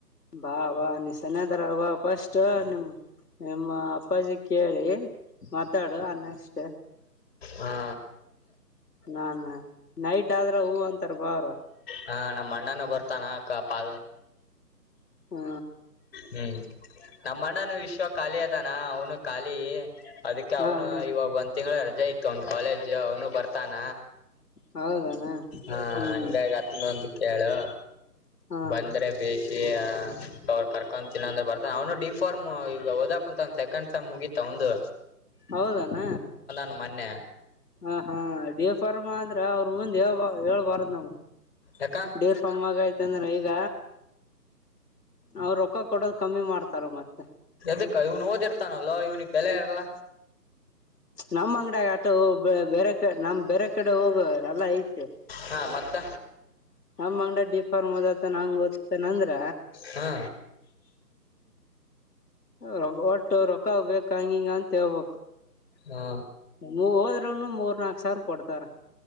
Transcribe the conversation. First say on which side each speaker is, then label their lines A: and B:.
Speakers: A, on the left; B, on the left.
A: ಬಾ ಬಾ ನೀ ಸನೇದ್ರಾಗ ಬಾ ಫಸ್ಟ್ ನಿಮ್ ನಿಮ್ಮ ಅಪ್ಪಾಜಿ ಕೇಳಿ ಮಾತಾಡು ಅನ್ನ ಅಷ್ಟ್
B: ಹಾ
A: ನಾನ ನೈಟ್ ಆದ್ರ ಹೂ ಅಂತಾರ ಬಾವ್ರ
B: ಹಾ ನಮ್ಮ್ ಅಣ್ಣನ ಬರ್ತಾನ ಕಾಪಾ
A: ಹ್ಞೂಂ
B: ಹ್ಮ್ ನಮ್ಮ ಅಣ್ಣನು ವಿಶ್ವ ಖಾಲಿ ಅದಾನ ಅವ್ನು ಖಾಲಿ ಅದಕ್ಕೆ
A: ಹಾ
B: ಅವ್ನು
A: ಹಾ
B: ಇವಾಗ ಒಂದ್ ತಿಂಗ್ಳು ರಜಾ ಐತಿ ೊಂದ ಕಾಲೇಜ್ ಅವನು ಬರ್ತಾನ
A: ಹೌದಣ
B: ಹ
A: ಹ್ಮ್
B: ಅಂದಾಗ ಹೇಳು
A: ಹಾ
B: ಬಂದ್ರೆ ಬೇಸಿ ಅವರು ಕರ್ಕೊಂತಿನ್ನಂದ್ರ ಬರ್ತ ಅವನು ಡೀ ಫಾರ್ಮ ಈಗ ಓದಾಕ್ ಕುಂತಾನ್ ಸೆಕಂಡ್ ಸೆಮ್ ಮುಗೀತ ಅವಂದು
A: ಹೌದನ
B: ಮನ್ನೆ
A: ಹ ಹಾ ಡಿಫಾರ್ಮಾ ಅಂದ್ರ ಅವ್ರು ಮುಂದೆ ಹೇಳ್ಬ ಹೇಳ್ಬಾರ್ದ್ ನಾವು
B: ಯಾಕ
A: ಡೀಫಾರ್ಮ್ಮಾಗಯ್ತಂದ್ರ ಈಗ ಅವರು ರೊಕ್ಕ ಕೊಡದು ಕಮ್ಮಿ ಮಾಡ್ತಾರ ಮತ್ತೆ
B: ಅದಕ್ಕ ಇವ್ನು ಓದಿರ್ತಾನಲ್ಲೋ ಇವ್ನಿಗೆ ಬೆಲೆ ಇರಲ್ಲ
A: ನಮ್ಮ್ ಅಂಗಡ್ಯಾಗ ಆಟೋ ಬೇ ಬೇರೆ ಕ ನಮ್ ಬೇರೆ ಕಡೆ ಹೋಗು ಎಲ್ಲ ಐತಿ
B: ಹಾ ಮತ್ತ
A: ನಮ್ಮ್ ಅಂಗಡ ಡಿಫಾರ್ಮ್ ಓದಾತ ನಂಗ ಓದ್ತನಂದ್ರ
B: ಹಾ
A: ರೊ ಒಟ್ಟು ರೊಕ್ಕಾಗ ಬೇಕಂಗಿಂಗ ಅಂತ ಹೇಳ್ಬ
B: ಹಾ
A: ಹೋದ್ರುನು ಮೂರ್ ನಾಕ್ ಸಾವಿರ ಕೊಡ್ತಾರ